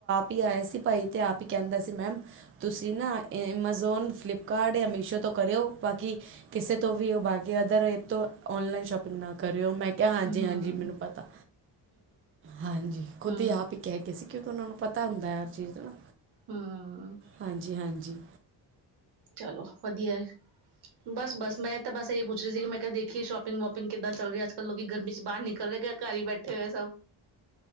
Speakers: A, on the right; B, on the right.
A: ਆਏ ਸੀ ਭਾਈ ਤੇ ਆਪ ਹੀ ਕਹਿੰਦਾ ਸੀ ਮੈਮ, ਤੁਸੀਂ ਨਾ ਐਮਾਜ਼ੋਨ, ਫਲਿੱਪਕਾਰਟ ਜਾਂ ਮਿਸ਼ੋ ਤੋਂ ਕਰਿਓ ਬਾਕੀ ਕਿਸੇ ਤੋਂ ਵੀ ਉਹ ਬਾ ਅਦਰ ਐਪ ਤੋਂ ਔਨਲਾਈਨ ਸ਼ੋਪਿੰਗ ਨਾ ਕਰਿਓ। ਮੈਂ ਕਿਹਾ ਹਾਂਜੀ-ਹਾਂਜੀ
B: ਹੂੰ ਹੂੰ
A: ਮੈਨੂੰ ਪਤਾ। ਹਾਂਜੀ। ਖੁੱਦ
B: ਹੂੰ
A: ਹੀ ਆਪ ਹੀ ਕਹਿ ਗਏ ਸੀ। ਕਿਉਂਕਿ ਉਹਨਾਂ ਨੂੰ ਪਤਾ ਹੁੰਦਾ ਹੈ। ਹੋਰ ਚੀਜ਼ ਤੋਂ,
B: ਹੂੰ
A: ਹਾਂਜੀ-ਹਾਂਜੀ
B: ਚਲੋ ਵਧੀਆ ਹੈ। ਬਸ- ਬਸ ਮੈਂ ਤਾਂ ਬਸ ਸਹੀ ਪੁੱਛ ਰਹੀ ਸੀ ਮੈਂ ਕਿਹਾ ਦੇਖੀਏ ਸ਼ੋਪਿੰਗ -ਵੋਪਿੰਗ ਕਿੱਦਾਂ ਚੱਲ ਹੀ ਅੱਜ-ਕੱਲ ਲੋਕੀ ਗਰਮੀ ਚ ਬਾਹਰ ਨਿਕਲ ਰਹੇ। ਘਰ ਹੀ ਬੈਠੇ ਹੋਏ ਸਭ